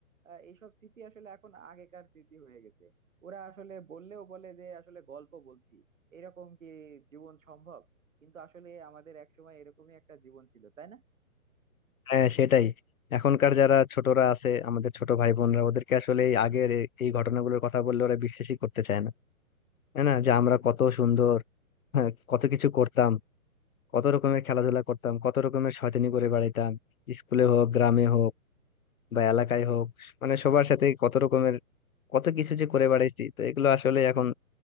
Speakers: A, on the right; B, on the left.
A: আহ, এইসব স্মৃতি আসলে এখন আগেকার স্মৃতি হয়ে গেছে ওরা আসলে বললেও বলে যে আসলে গল্প বলছি এরকম কি জীবন সম্ভব কিন্তু আসলে আমাদের একসময় এরকমই একটা জীবন ছিল তাই না
B: হ্যাঁ সেটাই এখনকার যারা ছোটরা আছে আমাদের ছোট ভাই বোনরা ওদেরকে আসলে এই আগের এ- এই ঘটনাগুলোর কথা বললে ওরা বিশ্বাসই করতে চায় না তাই না যে আমরা কত সুন্দর হ্যাঁ কত কিছু করতাম কত রকমের খেলাধুলা করতাম কত রকমের শয়তানি করে বেড়াইতাম স্কুলে হোক গ্রামে হোক বা এলাকায় হোক মানে সবার সাথে কত রকমের কত কিছু যে করে বেড়াইছি তো এগুলো আসলে এখন